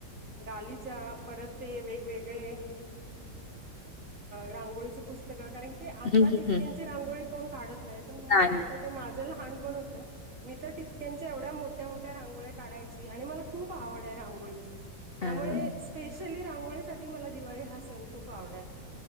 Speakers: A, on the right; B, on the left.
A: गालीच्या परत ते वेगवेगळे रांगोळीची पुस्तकं कारण की आता
B: हं, हं,
A: टिपक्याची
B: हं.
A: रांगोळी कोण काढत नाही पण मला
B: नाही.
A: वाटत माझ लहान पण हो त्यांच्या एवढ्या मोठ्या मोठ्या रांगोळ्या काढायची आणि मला खूप आवड आहे रांगोळीची त्यामुळे
B: हं.
A: स्पेशली रांगोळीसाठीठी मला दिवाळी हा सण खूप आवडायचा